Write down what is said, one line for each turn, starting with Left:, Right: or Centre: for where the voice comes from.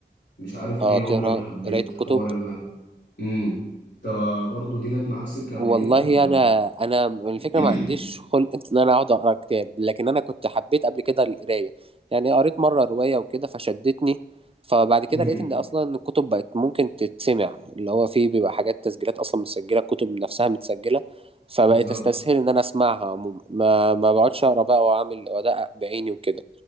Left: مش عارف
Right: اه
Left: ليه
Right: تقرا
Left: عمري ما حبيت
Right: قرايه الكتب
Left: حوار اللي أنا امم طب آه، برضو دي جت معاك سكة قبل
Right: والله
Left: كده ولا
Right: انا انا الفكره
Left: <clears throat>
Right: ما عنديش خلق ان انا اقعد اقرا كتاب لكن انا كنت حبيت قبل كده القرايه يعني قريت مره روايه وكده فشدتني فبعد كده
Left: امم
Right: لقيت ان اصلا الكتب بقت ممكن تتسمع اللي هو فيه بيبقى حاجات تسجيلات اصلا متسجله الكتب نفسها متسجله فبقيت
Left: بالظبط
Right: استسهل ان انا اسمعها عموما ما ما بقعدش اقرا بقى واعمل وادقق بعيني وكده